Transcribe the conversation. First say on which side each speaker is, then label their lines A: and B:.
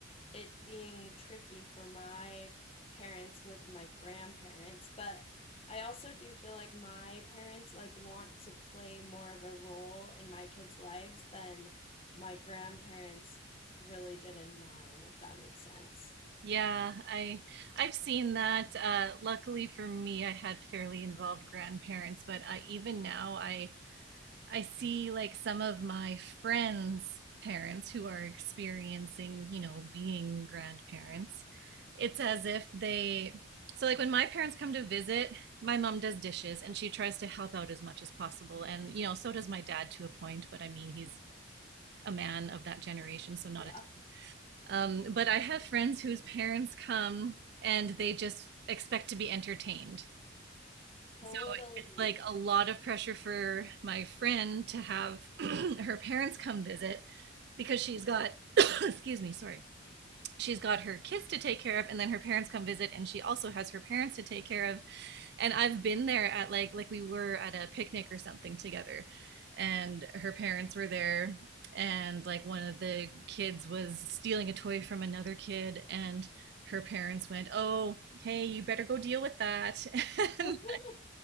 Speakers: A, on the left; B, on the right.
A: it being tricky for my parents with my grandparents, but I also do feel like my parents like want to play more of a role in my kids' lives than my grandparents really did in mine, if that makes sense.
B: Yeah, I I've seen that. Uh, luckily for me, I had fairly involved grandparents, but I, even now I I see like some of my friends' parents who are experiencing, you know, being grandparents. It's as if they, so like when my parents come to visit, my mom does dishes and she tries to help out as much as possible. And, you know, so does my dad to a point, but I mean, he's a man of that generation, so not
A: Yeah,
B: a, um, but I have friends whose parents come and they just expect to be entertained.
A: totally.
B: So it's like a lot of pressure for my friend to have <clears throat> her parents come visit because she's got, <clears throat> <coughs> excuse me, sorry. She's got her kids to take care of, and then her parents come visit, and she also has her parents to take care of. And I've been there at like like we were at a picnic or something together, and her parents were there, and like one of the kids was stealing a toy from another kid, and her parents went, "Oh, hey, you better go deal with that." <laughs> and
A: <laughs>